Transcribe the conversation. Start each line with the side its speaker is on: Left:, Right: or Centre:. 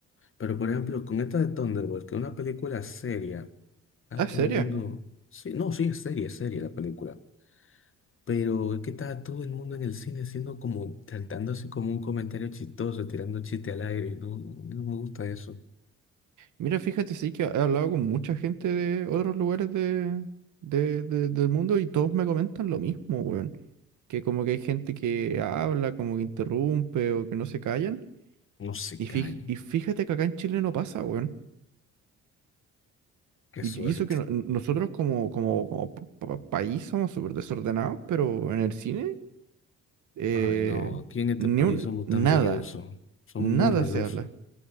Left: Pero por ejemplo, con esta de Thunderbolt, que es una película seria, está
Right: Ah, seria.
Left: todo el mundo. Sí, no, sí, es seria, es seria la película. Pero es que estaba todo el mundo en el cine haciendo como, tratándose como un comentario chistoso, tirando chiste al aire. y No, no, a mí no me gusta eso.
Right: Mira, fíjate, sí que he hablado con mucha gente de otros lugares de, de- de- del mundo y todos me comentan lo mismo, weón. que como que hay gente que habla, como que interrumpe o que no se callan.
Left: No se
Right: Y,
Left: callan.
Right: fij- y fíjate que acá en Chile no pasa, weón.
Left: Qué
Right: Y
Left: suerte.
Right: y eso que no- nosotros como, como, como pa- pa- país somos súper desordenados, pero en el cine, eh,
Left: Ay, no, aquí en este
Right: ni
Left: país
Right: un,
Left: somos
Right: nada,
Left: tan bullosos. Somos
Right: nada
Left: muy ruidosos.
Right: se habla.